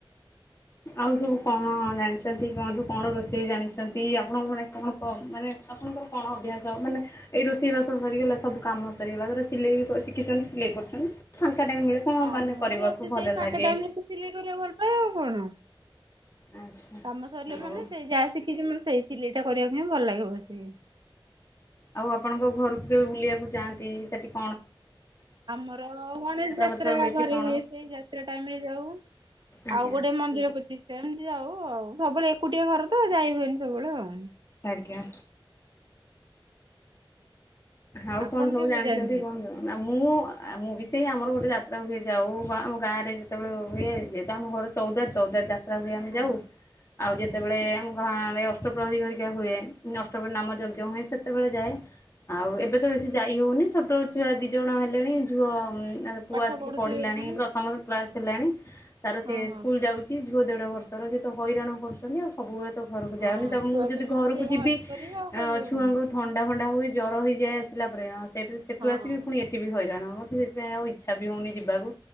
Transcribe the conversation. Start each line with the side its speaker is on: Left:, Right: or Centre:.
Left: ଆଉ ସବୁ କଣ ଜାଣିଛନ୍ତି କୁହନ୍ତୁ? କଣ ରୋଷେଇ ଜାଣିଛନ୍ତି? ଆପଣଙ୍କ ମାନେ କଣ କ- ମାନେ ଆପଣଙ୍କର କଣ ଅଭ୍ୟାସ ମାନେ ଏଇ ରୋଷେଇବାସ ସରିଗଲା ସବୁ କାମ ସରିଗଲା। ଧର ସିଲେଇ ବି କ-ଶିଖିଛନ୍ତି ସିଲେଇ କରୁଛନ୍ତି। ଫାଙ୍କା ଟାଇମ୍ ମିଳେ କୁ
Right: ହଁ
Left: ମାନେ
Right: ମୁଁ
Left: କରିବାକୁ
Right: ରୋଷେଇ
Left: ଭଲ
Right: ସେଇ ଫାଙ୍କା
Left: ଲାଗେ?
Right: ଟାଇମ ରେ ସିଲେଇ କରିବାକୁ ଭଲ ପାଏ ଆଉ କଣ
Left: ଆଚ୍ଛା
Right: କାମ ସରିଲା
Left: ହଉ
Right: ମାନେ ସେ ଯାହା ସି କିଛି ମୋର ସେଇ ସିଲେଇଟା କରିବାକୁ ହିଁ ଭଲ ଲାଗିବ ବସି।
Left: ଆଉ ଆପଣଙ୍କ ଘରକୁ କେବେ ବୁଲିବାକୁ ଯାଆନ୍ତି ସେଠିକି
Right: ଆମର ଗଣେଶ ଯାତ୍ରା
Left: ଫାତ୍ରା
Right: ଘରେ
Left: କି କଣ?
Right: ହୁଏ ସେ ଯାତ୍ରା ଟାଇମରେ ଯାଉ।
Left: ଆଜ୍ଞା
Right: ଆଉ ଗୋଟେ ମନ୍ଦିର ପ୍ରତିଷ୍ଠା ଏମିତି ଯାଉ ଆଉ ସବୁବେଳେ ଏକୁଟିଆ ଘର ତ ଯାଇ ହୁଏନି ସବୁବେଳେ ଆଉ
Left: ଆଜ୍ଞା। ଆଉ
Right: ଆପଣ
Left: କଣ ସବୁ
Right: କେବେ
Left: ଜାଣିଛନ୍ତି
Right: ଯାଆନ୍ତି?
Left: କଣ ଜଣ ନା ମୁଁ ମୁଁ ବି ସେଇ ଆମର ଗୋଟେ ଯାତ୍ରା ହୁଏ ଯାଉ ବା ଆମ ଗାଁ ରେ ଯେତେବେଳେ ହୁଏ ଯେହେତୁ ଆମ ଘର ଚୌଦ୍ଵାର ଚୌଦ୍ଵାର ଜାତ ଯାତ୍ରା ହୁଏ ଆମେ
Right: ହଁ
Left: ଯାଉ ଆଉ ଯେତେବେଳେ ଆମ ଗାଁରେ ଅଷ୍ଟପ୍ରହରୀ ଘରିକା ହୁଏ। ଅଷ୍ଟପ୍ରହରୀ ନାମ ଯଜ୍ଞ ହୁଏ ସେତେବେଳେ ଯାଏ। ଆଉ ଏବେ ତ ବେଶୀ ଯାଇ ହଉନି ଛୋଟ ଛୁଆ ଦି ଜଣ ହେଲେଣି। ଝୁଅ ପୁଅ
Right: ପାଠ
Left: ଆସିକି
Right: ପଢୁଥିବେ
Left: ପଢିଲାଣି
Right: ପୁଣି
Left: ପ୍ରଥମ କ୍ଲାସ ହେଲାଣି ତାର ସେ
Right: ହଁ ହଁ।
Left: ସ୍କୁଲ ଯାଉଛି। ଝିଅ ଦେଢ ବର୍ଷର ସେ ତ ହଇରାଣ କରୁ ଆଉ ସବୁବେଳେ ତ ଘରକୁ
Right: ହଁ
Left: ଯାଏନି ତ
Right: ଛୁଆ
Left: ଯଦି
Right: ସେଇ
Left: ଘରକୁ ଯିବି
Right: ହଇରାଣ କରିବେ ଆଉ କରିବ
Left: ଆ ଛୁଆଙ୍କୁ
Right: କଣ
Left: ଥଣ୍ଡା ଫଣ୍ଡା ହୁଏ ଜ୍ୱର ହେଇଯାଇ ଆସିଲା ପରେ ସେ ସେଠୁ
Right: ହଁ।
Left: ଆସିବି ପୁଣି ଏଠି ବି ହଇରାଣ ମୋତେ ସେଇ ଥିପାଇଁ ଆଉ ଇଛା ବି ହଉନି ଯିବାକୁ